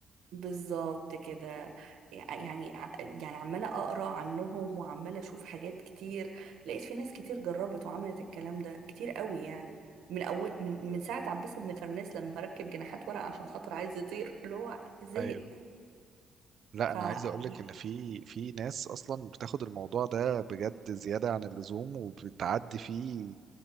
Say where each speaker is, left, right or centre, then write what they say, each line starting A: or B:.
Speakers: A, on the right; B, on the right.
A: بالظبط كده يعني يعني عمالة أقرأ عنهم وعمالة أشوف حاجات كتير لقيت في ناس كتير جربت وعملت الكلام ده كتير قوي يعني من أول من من ساعة عباس بن فرناس لما ركب جناحات ورق عشان خاطر عايز يطير اللي هو زهق
B: ايوه لا
A: فأنت
B: انا عايز اقول لك ان في في ناس اصلا بتاخد الموضوع ده بجد زياده عن اللزوم وبتعدي فيه